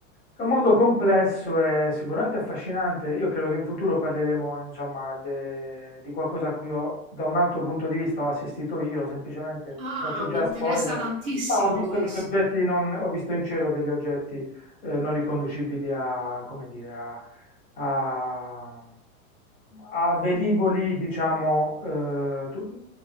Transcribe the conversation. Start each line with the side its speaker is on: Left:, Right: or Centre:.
Left: è un mondo complesso e sicuramente affascinante. Io credo che in futuro parleremo, insomma, de- di qualcosa a cui ho, da un altro punto di vista ho assistito io, semplicemente
Right: Ah,
Left: ti faccio già
Right: mi interessa
Left: spoiler,
Right: tantissimo
Left: ma ho visto
Right: questo.
Left: degli oggetti non, ho visto in cielo degli oggetti eh, non riconducibili a, come dire, a a, a velivoli, diciamo, eh, tu-